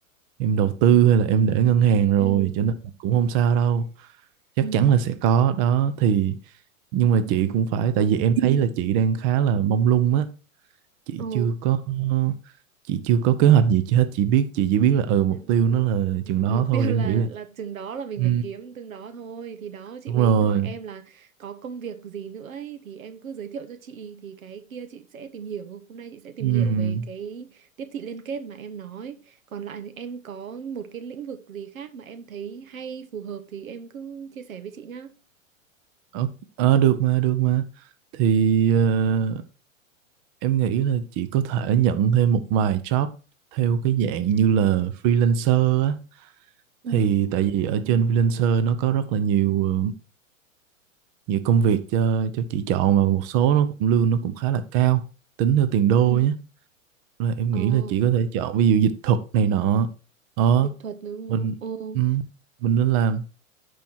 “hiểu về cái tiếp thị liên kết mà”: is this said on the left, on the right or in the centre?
Right